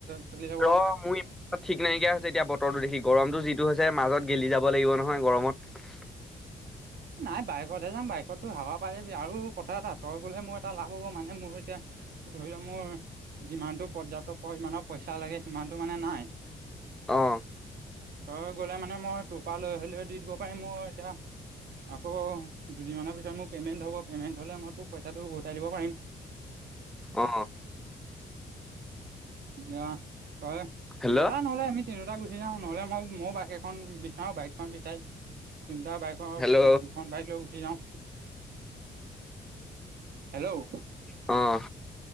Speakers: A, on the right; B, in the centre.
A: চলি যাব
B: ৰ মই ঠিক নাইকিয়া হৈছে বতৰটো দেখি, গৰমতটো যিটো হৈছে মাজত গেলি যাব লাগিব নহয় গৰমত।
A: নাই বাইকতহে যাম বাইকতটো হাৱা পাই যাবি আৰু কথা এটা তই গ'লে মোৰ এটা লাভ হ'ব মানে মোৰ এতিয়া ধৰি লও মোৰ যিমানতটো পৰ্যাপ্ত পৰিমামানৰ পইচা লাগে সিমানতটো মানে নাই।
B: অ
A: তই গ'লে মানে মই তোৰ পৰা লৈ হ'লেও দি দিব পাৰিম মই এতিয়া আকৌ দুদিনমানৰ পিছত মোৰ পে'মেণ্ট হ'ব, পেমেন্ত হ'লে মই তোক পইচাটো উভটাই দিব পাৰিম।
B: অ
A: দিয়া তই
B: হেল্ল'
A: ওলা নহ'লে আমি তিনিটা গুচি যাওঁ নহ'লে মই মইও বাইক এখন বিচাৰো বাইকখন বিচাৰি তিনিটা বাইকৰ
B: হেল্ল'
A: খন বাইক লৈ গুচি যাওঁ। হেল্ল'
B: অ।